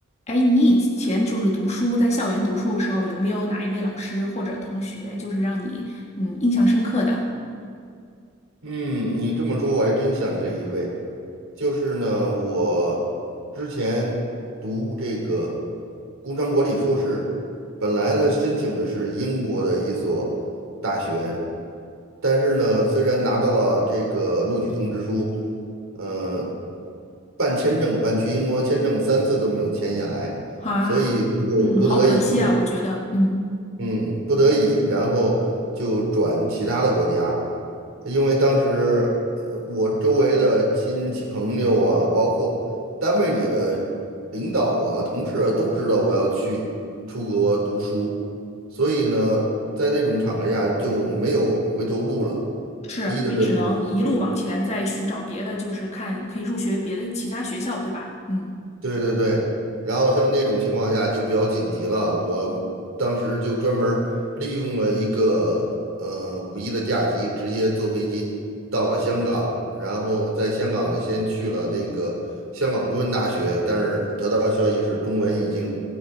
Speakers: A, on the left (about 30°); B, on the right (about 70°).
A: 哎，你以前就是读书，在校园读书的时候，有没有哪一位老师或者同学，就是让你嗯印象深刻的
B: 嗯，你这么说，我还真想起来一位，就是呢，我之前读这个工商管理硕士，本来呢申请的是英国的一所大学，但是呢，虽然拿到了这个录取通知书，呃，办签证，办去英国签证三次都没有签下来，
A: 啊？
B: 所以最后不得已。
A: 嗯，好可惜啊，我觉得，嗯，
B: 嗯，不得已，然后就转其他的国家，因为当时呃我周围的亲戚朋友啊，包括单位里的领导啊、同事啊，都知道我要去出国读书，所以呢，在那种场合下就没有回头路了，
A: 是你只能一路往前再寻找别的，
B: 逼着着自己。去。
A: 就是看可以入学别的其他学校，对吧？嗯，
B: 对对对，然后像那种情况下就比较紧急了，我当时就专门儿利用了一个呃五一的假期，直接坐飞机到了香港，然后在香港呢先去了那个香港中文大学，但是得到消息是中文已经